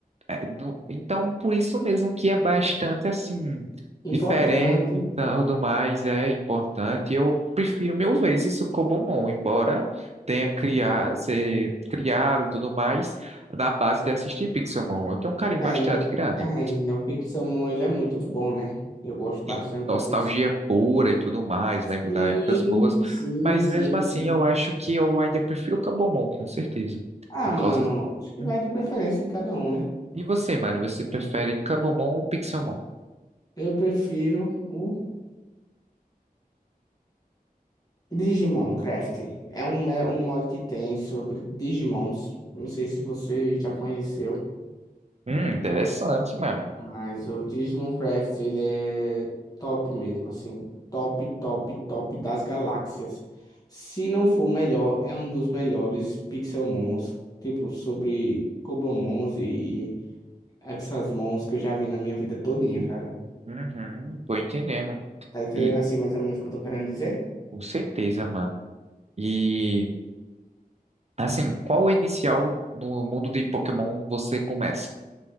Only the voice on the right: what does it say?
É, do- então, por isso mesmo que é bastante assim diferente,
então tudo mais é importante. Eu prefiro mil vezes o Cobomon, embora tenha criado, ser criado e tudo mais na base de assistir Pixelmon. Eu tenho um carinho
bastante
grande.
Tem
nostalgia
pura e tudo mais, lembro
da épocas boas,
mas
mesmo assim
eu acho que eu ainda prefiro o Cobomon, com certeza.
Por
causa.
hum.
E você, mano, você prefere Cobomon ou Pixelmon?
Hum, interessante, mano.
Uhum, tô entendendo.
E
com certeza, mano. E assim, qual é inicial do mundo de Pokémon você começa?